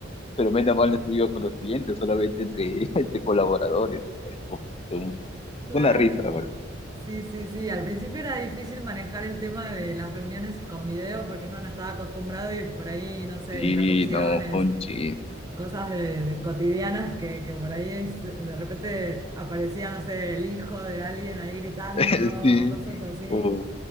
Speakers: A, on the left (about 30°); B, on the right (about 20°).
A: pero menos mal no estuvo con los clientes, solamente entre, <laughs> entre colaboradores. Y bueno, fue un-
B: Claro.
A: fue una risa, la verdad.
B: Sí, sí, sí. Al principio era difícil manejar el tema de las reuniones con video porque uno no estaba acostumbrado y por ahí, no sé,
A: Sí,
B: interrupciones,
A: no, fue un chiste,
B: cosas de, de cotidianas que, que por ahí es- de repente aparecía, no sé, el hijo de alguien ahí gritando,
A: <laughs> sí.
B: cosas así.
A: Uf,